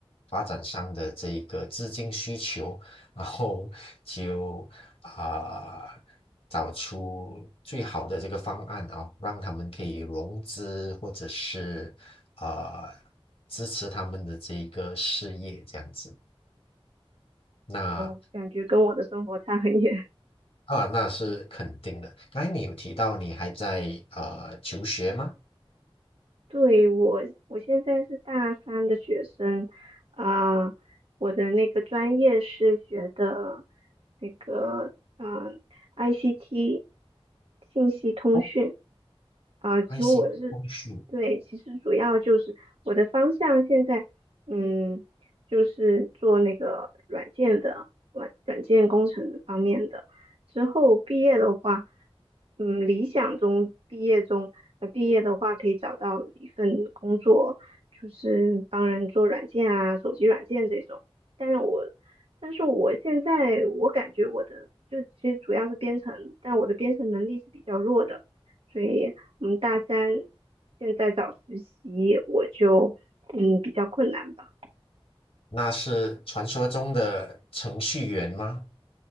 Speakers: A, on the left; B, on the right.
A: 发展上的这一个资金需求，<laughs> 然后就啊、找出最好的这个方案啊，让他们可以融资或者是啊、呃支持他们的这一个事业这样子。那
B: 我感觉跟我的生活差很远。
A: 啊，那是肯定的。刚才你有提到你还在呃求学吗？
B: 对，我，我现在是大三的学生，啊、我的那个专业是学的那个，嗯、ICT 信息通讯，
A: 哦
B: 啊、其实我是，
A: ，ICT 通讯，
B: 对，其实主要就是我的方向现在，嗯，就是做那个软件的软软件工程方面的。之后毕业的话，嗯，理想中毕业中，呃，毕业的话可以找到一份工作，就是帮人做软件啊，手机软件这种。但是我，但是我现在我感觉我的就其实主要是编程，但我的编程能力是比较弱的，所以我们大三现在找实习，我就嗯比较困难吧。
A: 那是传说中的程序员吗？